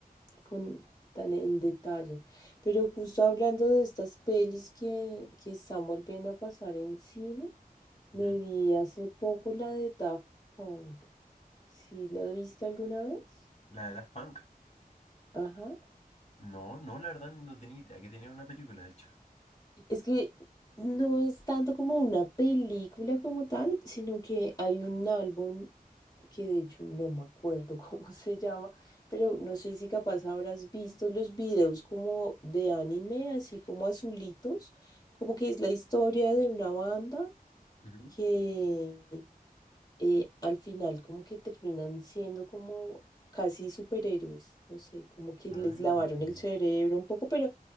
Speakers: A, on the left; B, on the left.
A: con, tan en detalle. Pero justo hablando de estas pelis que, que están volviendo a pasar en cine,
B: Ujú.
A: me vi hace poco la de Daft Punk. ¿Sí la viste alguna vez?
B: La de Daft Punk.
A: Ajá.
B: No, no, la verdad no tenía idea que tenía una película, de hecho.
A: Es que no es tanto como una película como tal, sino que hay un álbum que de hecho no me acuerdo <laughs> cómo se llama, pero no sé si capaz habrás visto los videos como de anime, así como azulitos, como que es la historia de una banda
B: Ujú.
A: que eh, al final como que terminan siendo como casi superhéroes, no sé, como que
B: Ah,
A: les lavaron
B: entiendo.
A: el cerebro un poco, pero